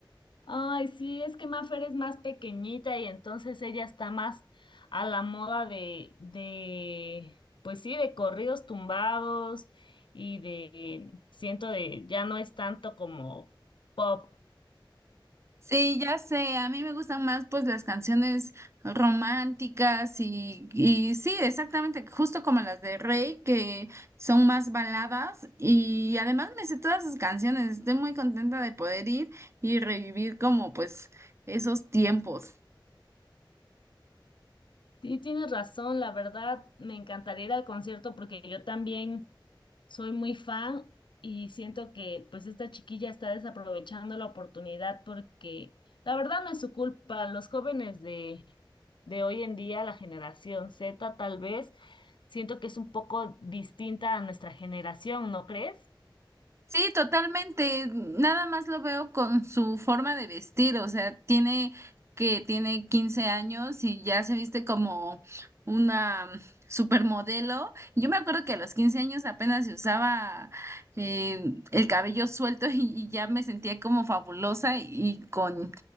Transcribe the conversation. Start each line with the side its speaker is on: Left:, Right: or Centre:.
Left: Ay, sí, es que Mafer es más pequeñita y entonces ella está más a la moda de, de, pues sí, de corridos tumbados y de, siento de, ya no es tanto como pop.
Right: Sí, ya sé, a mí me gustan más pues las canciones románticas y, y sí, exactamente, justo como las de Rey, que son más baladas y además me sé todas sus canciones, estoy muy contenta de poder ir y revivir como pues esos tiempos.
Left: Sí, tienes razón, la verdad, me encantaría ir al concierto porque yo también soy muy fan y siento que pues esta chiquilla está desaprovechando la oportunidad porque la verdad no es su culpa, los jóvenes de, de hoy en día, la generación Z tal vez, siento que es un poco distinta a nuestra generación, ¿no crees?
Right: Sí, totalmente. Nada más lo veo con su forma de vestir, o sea, tiene que tiene 15 años y ya se viste como una mm, supermodelo. Yo me acuerdo que a los 15 años apenas se usaba eh, el cabello suelto <laughs> y, y ya me sentía como fabulosa y con,